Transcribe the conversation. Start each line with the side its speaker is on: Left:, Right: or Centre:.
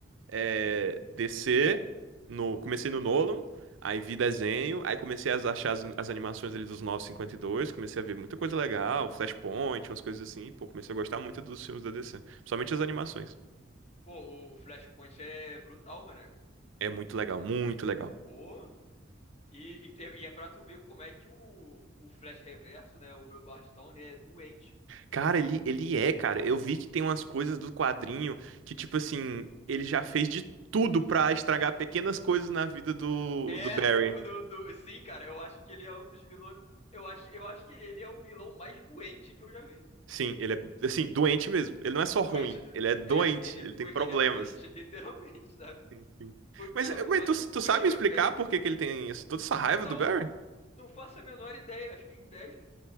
Right: é, descer no, comecei no Nolan, aí vi desenho, aí comecei a achar as, as animações ali dos 952, comecei a ver muita coisa legal, Flashpoint, umas coisas assim, pô, comecei a gostar muito dos filmes da DC, principalmente as animações.
Left: Sim. Pô, o Flashpoint é brutal, mano.
Right: É muito legal, muito legal.
Left: Pô. E, e, e é pra tu ver como é que o, o Flash Reverso, né? O Will Barstone é doente.
Right: Cara, ele, ele é, cara. Eu vi que tem umas coisas do quadrinho que, tipo assim, ele já fez de tudo pra estragar pequenas coisas na vida do,
Left: É,
Right: do Barry.
Left: do, do, do- sim, cara. Eu acho que ele é um dos vilões. Eu acho, eu acho que ele é o vilão mais doente que eu já vi.
Right: Sim, ele é, assim, doente mesmo. Ele não é só
Left: doente
Right: ruim,
Left: do.
Right: ele é doente,
Left: É, ele
Right: ele
Left: é, do...
Right: tem problemas.
Left: ele é doente, <laughs> literalmente, sabe?
Right: Sim, sim.
Left: Por-
Right: Mas,
Left: Cara, por
Right: mas
Left: mais
Right: tu,
Left: que o Coringa
Right: tu sabe me explicar
Left: pegue.
Right: por que que ele tem isso- toda essa raiva
Left: Não!
Right: do Barry?
Left: Não faço a menor ideia, acho que é inveja.